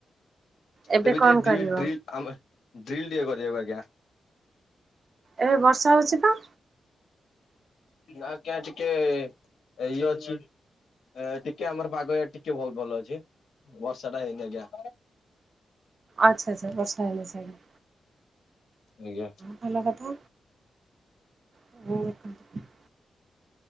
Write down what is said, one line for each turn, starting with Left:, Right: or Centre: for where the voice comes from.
Right: ଏବେ
Left: ତେବେ
Right: କଣ
Left: ଟିକେ ଡ୍ରିଲ
Right: କରିବ
Left: ଡ୍ରିଲ ଆମେ ଡ୍ରିଲ ଟିକେ କରିବାକୁ ଆଜ୍ଞା।
Right: ଏବେ ବର୍ଷା ହୋଉଚି ତ।
Left: ଆ କ୍ୟା ଟିକେ ଇଏ ଅଛି। ଏ ଟିକେ ଆମର ପାଗ ଟିକେ ବୋହୁତ ଭଲ ଅଛି ବର୍ଷା ଟା ହେଇନି ଆଜ୍ଞା।
Right: ଆଚ୍ଛା ଆଚ୍ଛା ବର୍ଷା ହେଲେ ସ‌ଇଲା।
Left: ଆଜ୍ଞା।
Right: ଭଲ କଥା <unintelligible>